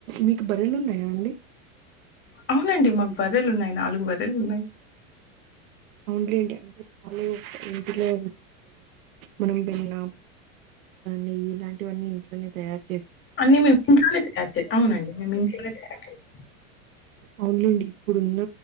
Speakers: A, on the right; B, on the left.
A: మీకు బర్రెలు ఉన్నాయా అండి.
B: అవునండి మాకు బర్రెలు ఉన్నాయి. నాలుగు బర్రెలు ఉన్నాయి.
A: అవును లేండి అంటే అవును, ఇంట్లో మనం బెల్లం, నెయ్యి ఇలాంటి ఇవన్నీ ఇంట్లో నేతయారు
B: అన్నీ మే ఇంట్లోనే తయారు చేస్తారా? అవునండి మేము ఇంట్లోనే తయారుచేస్తాము.
A: అవున్లేండి ఇప్పుడున్న